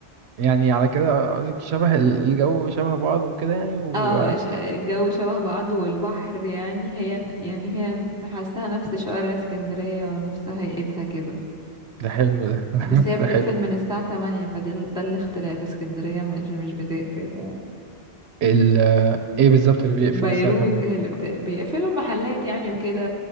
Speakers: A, on the right; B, in the centre.
A: يعني على كده قصدك شبه ال- الجو شبه بعض وكده يعني و
B: اه ش- الجو شبه بعضه والبحر يعني هي يعني هي حاساها نفس شوارع اسكندرية ونفس هيئتها كده
A: ده حلو ده <laughs>
B: بس هي بتقفل
A: ده حلو
B: من الساعة 8 فده ال- ده الاختلاف اسكندرية مش مش بتقفل يعني.
A: ال ايه بالظبط اللي بيقفل
B: بيروت
A: الساعه 8
B: هي اللي بت... بيقفلوا المحلات يعني وكده